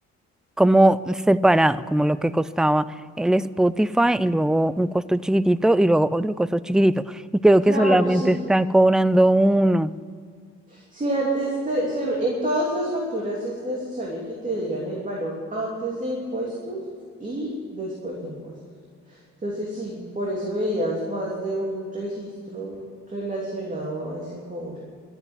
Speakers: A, in the centre; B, on the right.
A: como separado, como lo que costaba el Spotify y luego un costo chiquitito y luego otro costo chiquitito. Y creo
B: Claro,
A: que solamente
B: sí.
A: están cobrando uno.
B: Si antes te- se- en todas las facturas es necesario que te digan el valor antes de impuestos y después de impuestos. Entonces, sí, por eso veías más de un registro relacionado a ese cobro.